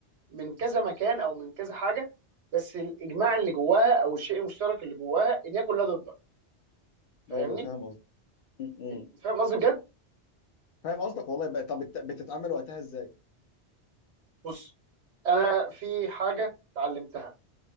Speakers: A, on the right; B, on the left.
A: من كذا مكان او من كذا حاجه بس الاجماع اللي جواها او الشيء المشترك اللي جواها ان هي كلها ضدك فاهمني؟
B: ايوه فاهم قصدك م-
A: إن-
B: م.
A: فاهم قصدي بجد؟
B: فاهم قصدك والله بقى طب بت- بتتعامل وقتها ازاي
A: بص انا في حاجه اتعلمتها